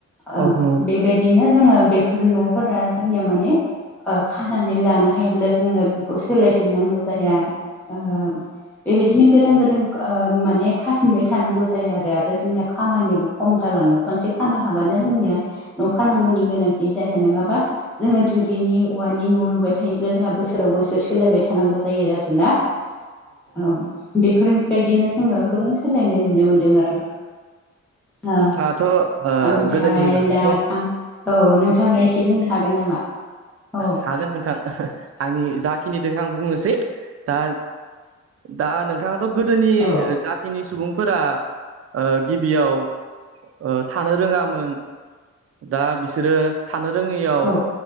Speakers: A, in the centre; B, on the right (about 50°).
A: ओ
B: औ नंगौ
A: बेबायदि बिदिनो जोङो बेफोर न'फोरा जोंनिया माने ओ खानानै लानो हायोब्ला जोङो बेखौ सोलायफिननांगौ जाया ओ बेबायदिनो गोदान गोदान ओ माने खाफिनबाय थानांगौ जाया आरो आरो जोंनिया खामानियाबो खम जालाङो खनसे खानो हाबानो जोंनिया न' खानांगौनि गोनांथि जाया नङाबा जोङो थोरिनि औवानि न' लुबाय थायोब्ला जोंहा बोसोराव बोसोर सोलायबाय थानांगौ जायो आरोना? <inaudible> औ बेफोरबायदिनो जोङो गोबां सोलायनाय नुनो मोनदों आरो। औ
B: दाथ' ओ
A: ओमफ्राय
B: गोदोनि बागैथ'
A: दा
B: औ
A: औ नोंथाङा एसे बुंनो हागोन नामा? औ
B: हागोन नोंथां आंनि जाखिनि दोङो आं बुंनोसै दा दा नोंथाङाथ' गोदोनि
A: औ
B: जा खिनि सुबुंफोरा ओ गिबियाव ओ थानो रोङामोन दा बिसोरो थानो रोङैयाव
A: औ